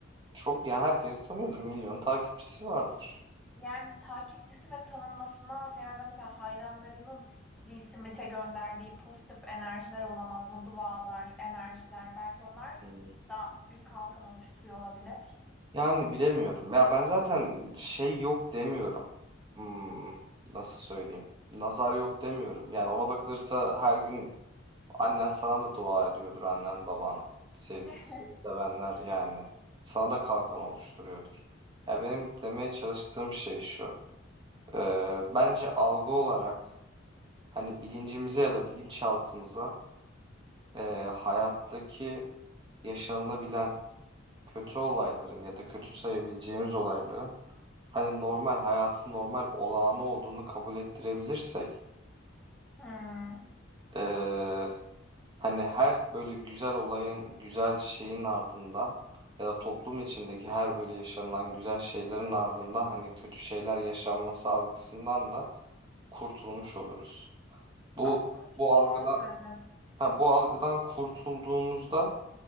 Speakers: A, on the right; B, in the centre.
A: çok ya herkes tanıyordur. Milyon takipçisi vardır.
B: yani takipçisi ve tanınmasından ziyade mesela hayranlarının Will Smith'e gönderdiği pozitif enerjiler olamaz mı? Dualar, enerjiler. Belki onlar
A: Hmm.
B: da bir kalkan oluşturuyor olabilir.
A: Yani bilemiyorum. Ya ben zaten şey yok demiyorum. Hmm, nasıl söyleyeyim? Nazar yok demiyorum. Yani ona bakılırsa her gün Annen sana da dua ediyordur, annen baban, sevdik
B: <laughs>
A: seni sevenler yani sana da kalkan oluşturuyordur. Ya benim demeye çalıştığım şey şu. Ee, bence algı olarak hani bilincimize ya da bilinçaltımıza ee, hayattaki yaşanılabilen kötü olayların ya da kötü sayabileceğimiz olayların hani normal hayatın normal olağanı olduğunu kabul ettirebilirsek
B: Hmm.
A: ee, Hani her böyle güzel olayın, güzel şeyin ardından ya da toplum içindeki her böyle yaşanılan güzel şeylerin ardından hani kötü şeyler yaşanması algısından da kurtulmuş oluruz. Bu
B: Aslında çok
A: bu algıdan
B: doğru söyledin.
A: ha bu algıdan kurtulduğumuzda